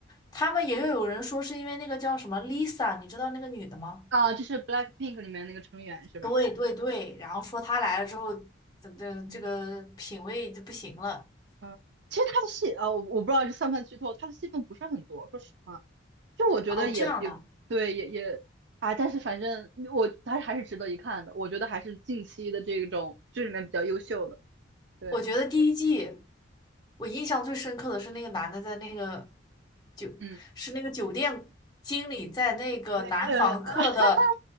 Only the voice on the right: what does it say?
啊。就是 BLACKPINK 里面那个成员是吧？
嗯，嗯，其实他的戏啊，我我不知道这算不算剧透，他的戏份不是很多，说实话。就我觉得也也对，
也也啊，但是反正我他还是值得一看的，我觉得还是近期的这种剧里面比较优秀的。对，
嗯，
呃，呃 <laughs>